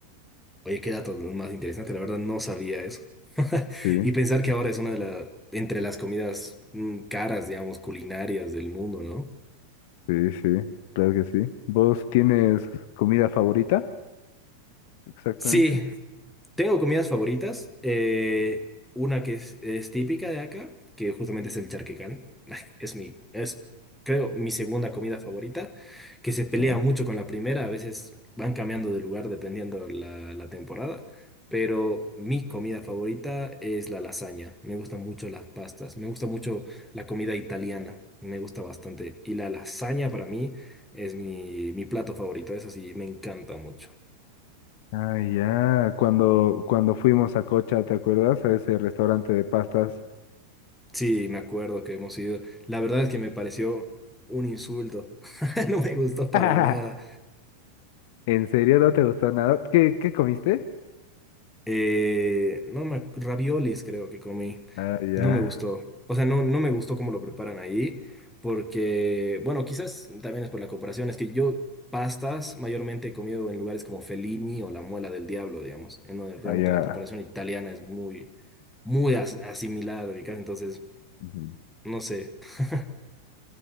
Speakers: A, in the centre; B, on the left.
A: Oye, qué dato más interesante, la verdad no sabía eso. <laughs>
B: Sí,
A: Y pensar que ahora es una de las, entre las comidas mm, caras, digamos, culinarias del mundo, ¿no?
B: sí, sí, claro que sí. ¿Vos tienes comida favorita? Exactamente.
A: Sí, Tengo comidas favoritas. eh, una que es, es típica de acá, que justamente es el charquecán. <laughs> Es mi, es, creo, mi segunda comida favorita, que se pelea
B: Oh.
A: mucho con la primera. A veces van cambiando de lugar dependiendo la, la temporada. Pero mi comida favorita es la lasaña. Me gustan mucho las pastas. Me gusta mucho la comida italiana. Me gusta bastante. Y la lasaña para mí es mi, mi plato favorito. Es así, me encanta mucho.
B: Ah, ya, cuando, cuando fuimos a Cocha, ¿te acuerdas? A ese restaurante de pastas.
A: Sí, me acuerdo que hemos ido. La verdad es que me pareció un insulto. <laughs> No me gustó para
B: <laughs>
A: nada.
B: ¿En serio no te gustó nada? ¿Qué, qué comiste?
A: Eh, no me, ac- raviolis creo que comí.
B: Ah, ya,
A: No me gustó. O sea, no, no me gustó cómo lo preparan ahí. Porque, bueno, quizás también es por la comparación. Es que yo pastas mayormente he comido en lugares como Fellini o La Muela del Diablo, digamos. En donde realmente
B: ah, ya.
A: la preparación italiana es muy, muy as- asimilada, ubicás, Entonces,
B: Ujú.
A: no sé. <laughs>